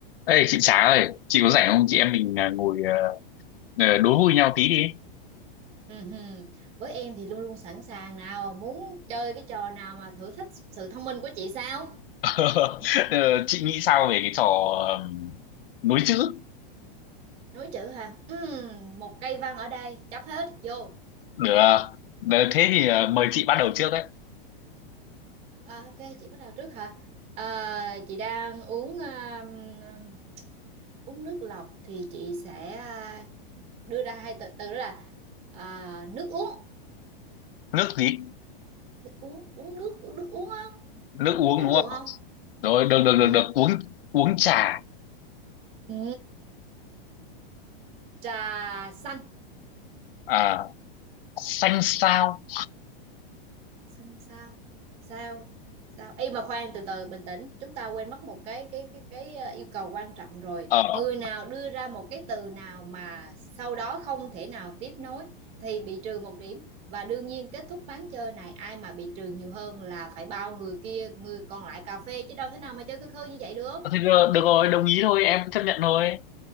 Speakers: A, on the left; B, on the right.
A: Ê chị Trá ơi, chị có rảnh không? Chị em mình à, ngồi à, ờ, đố vui nhau tí đi.
B: Ừ, hừ. Với em thì luôn luôn sẵn sàng nào muốn chơi cái trò nào mà thử thách sự thông minh của chị sao
A: <laughs> Ờ, chị nghĩ sao về cái trò ờm, nối chữ?
B: nối chữ hả ừ, một cây văn ở đây chấp hết vô
A: Được. à? Ờ, Thế thì à, mời chị bắt đầu trước đấy.
B: à, ok chị bắt đầu trước hả à, chị đang uống à, um, uống nước lọc thì chị sẽ à, đưa ra hai từ từ đó là à, nước uống
A: Nước gì?
B: nước uống uống nước uống nước uống á
A: Nước uống
B: nó có
A: đúng
B: ngược
A: không?
B: không
A: Rồi được được
B: ừ.
A: được được uống uống trà.
B: Ừ, trà xanh
A: À, xanh sao?
B: xanh sao sao sao Ê mà khoan từ từ bình tĩnh chúng ta quên mất một cái cái cái cái ờ, yêu cầu quan trọng rồi
A: Ờ
B: người nào đưa ra một cái từ nào mà sau đó không thể nào tiếp nối thì bị trừ một điểm và đương nhiên kết thúc ván chơi này ai mà bị trừ nhiều hơn là phải bao người kia người còn lại cà phê chứ đâu thế nào mà chơi cơ khơi như vậy được
A: thế được, được rồi, đồng ý thôi, em chấp nhận thôi.